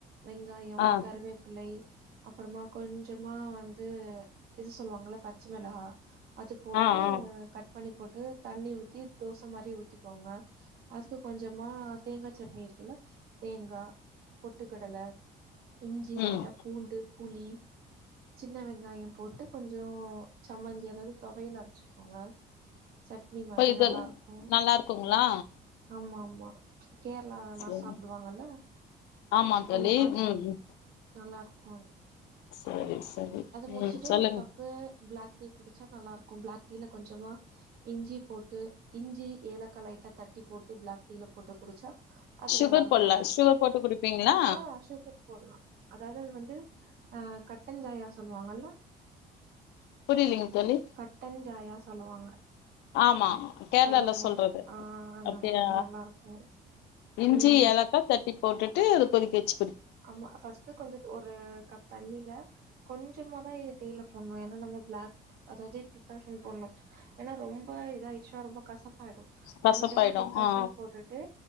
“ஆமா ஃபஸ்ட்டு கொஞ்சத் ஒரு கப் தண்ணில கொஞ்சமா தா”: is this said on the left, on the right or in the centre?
Right